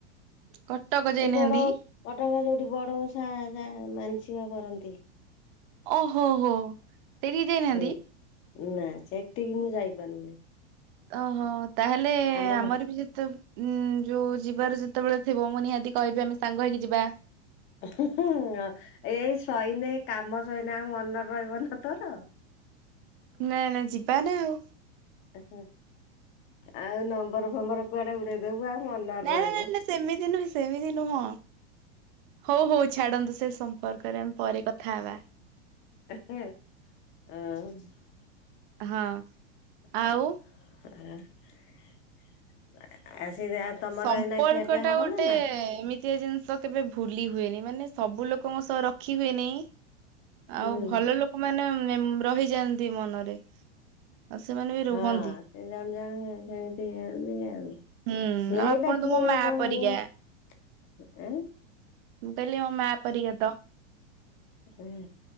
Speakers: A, on the right; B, on the left.
A: କଟକ ଯାଇନାହାନ୍ତି
B: ଏଇ ବଡ କଟକ ଯୋଉଠି ବଡ଼ ଓଷା ଯା ମାନସିକ କରନ୍ତି।
A: ଓହୋ ହୋ। ସେଇଠିକି ଯାଇନାହାନ୍ତି
B: ସେଇ ନା ସେଠିକି ମୁଁ ଯାଇପାରୁନି।
A: ଓହୋ ତାହେଲେ
B: ଆମ
A: ଆମର ବି ଯେତେ ଉୁଁ ଯୋଉ ଯିବାର ଯେତେବେଳେ ଥିବ ମୁଁ ନିହାତି କହିବି ଆମେ ସାଙ୍ଗ ହେଇକି ଯିବା।
B: ହଁ ଏଇ ସଇନେ କାମ ସଇନେ ଆଉ ମନରେ ରହିବ ନା ତୋର।
A: ନା ନା ଯିବା ନା ଆଉ।
B: ଆ ହ ଆଉ ନମ୍ବର ଫମ୍ବର କୁଆଡେ ଉଡେଇ ଦବୁ ଆଉ ମନରେ
A: ନା
B: ରହିବ।
A: ନା ନା ନା ସେମିତି ନୁହେଁ ସେମିତି ନୁହଁ। ହଉ ହଉ ଛାଡନ୍ତୁ ସେ ସମ୍ପର୍କରେ ଆମେ ପରେ କଥା ହବା।
B: ହଁ ହଁ
A: ହଁ।
B: <unintelligible>
A: ଆଉ ସମ୍ପର୍କ
B: ଏଇନା ଖିଆପିଆ
A: ଟା
B: ହବ
A: ଗୋଟେ
B: ନା ନା
A: ଏମିତ୍ ଆ ଜିନିଷ କେବେ ଭୁଲି ହୁଏନି ମାନେ ସବୁ ଲୋକଙ୍କ ସହ ରଖି ହୁଏ ନି। ଆଉ
B: ହୁଁ
A: ଭଲ ଲୋକମାନେ ଏ ମ ରହିଯାଆନ୍ତି ମନରେ ଆଉ ସେମାନେ ବି ରୁହନ୍ତି।
B: ହଁ ସେ ଜଣ ଜଣ ହେ ସେମିତି ବି
A: ହୁଁ ଆଉ ଆପଣ ତ ମୋ ମା
B: <unintelligible>
A: ପରିକା
B: ଆଉ। <unintelligible>
A: ମୁଁ କହିଲି ମୋ ମା ପରିିକା ତ
B: ହୁଁ